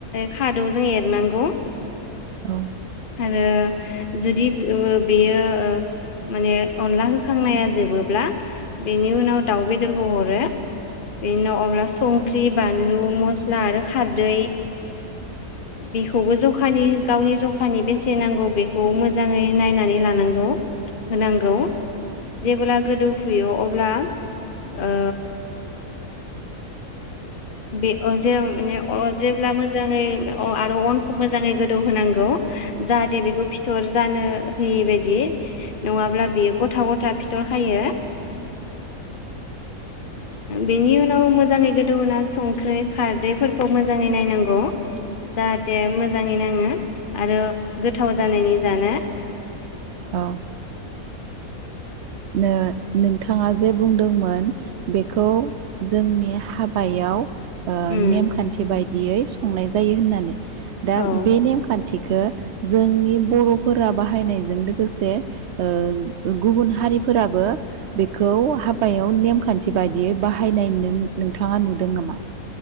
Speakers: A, on the left (about 40°); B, on the right (about 60°).
A: खादौजों एरनांगौ
B: औ
A: आरो जुदि ओ बेयो ओ माने अनला होखांनाया जोबोब्ला बेनि उनाव दाउ बेदरखौ हरो बेनि उनाव अब्ला सं ख्रि बानलु मस्ला आरो खारदै बेखौबो जखानि गावनि जखानि बेसे नांगौ बेखौ मोजाङै नायनानै लानांगौ होनांगौ जेब्ला गोदौफुयो अ ब्ला ओ बे अ जों माने अ जेब्ला मोजाङै अ आरो अनखौ मोजाङै गोदौ होनांगौ। जाहाथे बेखौ फिथर जानो होयै बादि नङाब्ला बियो गथा गथा फिथर खायो बेनि उनाव मोजाङै गोदौहोना जा संख्रि खारदैफोरखौ मोजाङै नायनांगौ जाहाथे मोजां ङै नाङो आरो गोथाव जानायनि जानो
B: औ
A: <inaudible>
B: नो नोंथाङा जे बुंदोंमोन बेखौ जोंनि हाबायाव ओ
A: उम
B: नेमखान्थि बाय बिदियै संनाय जायो होननानै दा
A: औ
B: बे नेमखान थिखो जोंनि बर'फोरा बाहायनायजों लोगोसे ओ गुबुन हारि फोराबो बेखौ हाबायाव नेमखान्थि बायदियै बाहायनाय नों नोंथाङा नुदों नामा